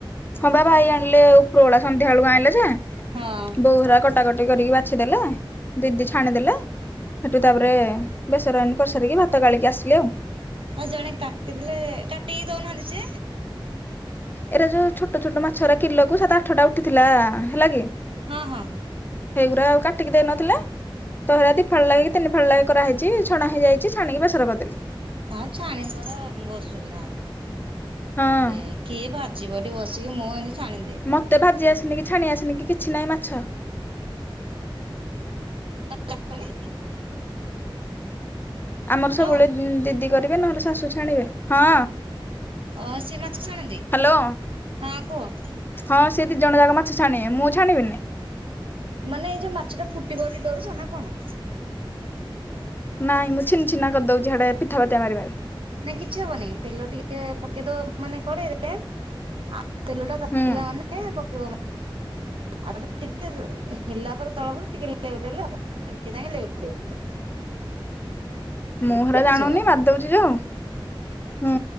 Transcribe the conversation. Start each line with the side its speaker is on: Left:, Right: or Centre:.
Left: ହଁ ବା ଭାଇ ଆଣିଲେ ଉପର ଓଳା ସନ୍ଧ୍ୟା ବେଳକୁ ଆଇଁଲେ ଯେ
Right: ହଁ।
Left: ବୋଉହେରା କଟାକଟି କରିକି ବାଛିଦେଲେ ଦିଦି ଛାଣିଦେଲେ। ସେଠୁ ତାପରେ ବେସରାନ କରିସାରିକି ଭାତ ଗାଳିକି ଆସିଲି ଆଉ।
Right: ଆଉ ଜଣେ କାଟିଥିଲେ କାଟିକି ଦଉନାହାଁନ୍ତି ଯିଏ
Left: ଏରା ଯୁ ଛୋଟ ଛୋଟ ମାଛ ଉରା କିଲକୁ ସାତ ଆଠଟା ଉଠିଥିଲା ହେଲା କି
Right: ହଁ ହଁ।
Left: ହେଇଗୁରା ଆଉ କାଟିକି ଦେଇନଥିଲେ। ତ ହେରା ଦି ଫାଳ ଲାଖେ କି ତିନି ଫାଳ ଲାଖେ କରାହେଇଛି ଛଣା ହେଇଯାଇଛି ଛାଣିକି ବେସର କରିଦେଲୁ।
Right: ହଁ ଛାଣିଦବାଟା ବହୁତ ସୁବିଧା ହଅନ୍ତା
Left: ହଁ
Right: ଏ କିଏ ଭା ଯିବ ଏଠି ବସିକି ମୁଁ ଏମିତି ଛାଣିଦିଏ।
Left: ମୋତେ ଭାଜି ଆସିନି କି ଛାଣି ଆସିନି କି କିଛି ନାଇଁ ମାଛ।
Right: <inaudible>
Left: ଆମର ସବୁବେଳେ
Right: ହଁ
Left: ଦିଦି କରିବେ ନହେଲେ ଶାଶୁ ଛାଣିବେ ହଁ।
Right: ଅ ସିଏ ମାଛ ଛାଣନ୍ତି
Left: ହ୍ୟାଲୋ
Right: ହଁ କୁହ।
Left: ହଁ ସେ ଦି ଜଣ ଯାକ ମାଛ ଛାଣିବେ ମୁଁ ଛାଣିବିନି।
Right: ମାନେ ଏଇ ଯଉ ମାଛ ଟା ଫୁଟିବ ବୋଲି ଡରୁଚ ନା କଣ?
Left: ନାଇଁ ମୁଁ ଛିନ୍ ଛିନା କରିଦଉଚି ହିଁଆଡେ ପିଥା ପାତିଆ ମାରି ମାରି।
Right: ନାଇଁ କିଛି ହବନି ତେଲ ଟିକେ ପକେଇଦବ ମାନେ କଡେଇରେ ଆ ତେଲଟା ତାତିଲା
Left: ହୁଁ
Right: ମାନେ ପକେଇବ ମା ଆର ପ ଟିକେ ହେଲା ପରେ ତଳ ପଟୁ ଟିକେ ଲେଉଟେଇଲେ ହବ। ସାଙ୍ଗେ ସାଙ୍ଗେ ଲେଉଟଇବନି।
Left: ମୁଁ ହେଡା
Right: କଲେ
Left: ଜାଣୁନି
Right: କିଛି ହବନି
Left: ମାରି ଦଉଚି ଯୋଉ ହୁଁ।